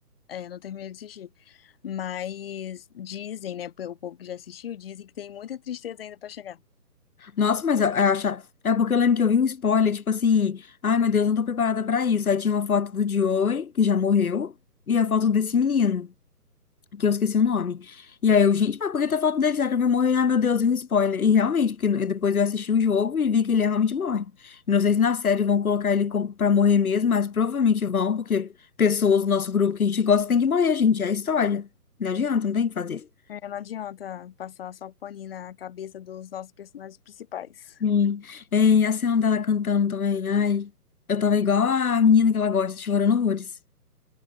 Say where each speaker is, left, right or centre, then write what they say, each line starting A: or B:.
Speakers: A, on the left; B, on the left.
A: é, não terminei de assistir. Mas dizem, né? O povo que já assistiu dizem que tem muita tristeza ainda pra chegar.
B: Nossa, mas eu, eu acho. É porque eu lembro que eu vi um spoiler, tipo assim, ai meu Deus, não tô preparada pra isso. Aí tinha uma foto do Joey, que já morreu, e a foto desse menino. que eu esqueci o nome. E aí eu, gente, mas por que tá falando dele? Será que ele vai morrer? Ah, meu Deus, e um spoiler. E realmente, porque no- depois eu assisti o jogo e vi que ele realmente morre. Não sei se na série vão colocar ele como, pra morrer mesmo, mas provavelmente vão, porque pessoas do nosso grupo que a gente gosta tem que morrer, gente. É a história. Não adianta, não tem o que fazer.
A: É, não adianta passar só paninho na cabeça dos nossos personagens principais.
B: Sim. E a cena dela cantando também. Ai, eu tava igual a menina que ela gosta, chorando horrores.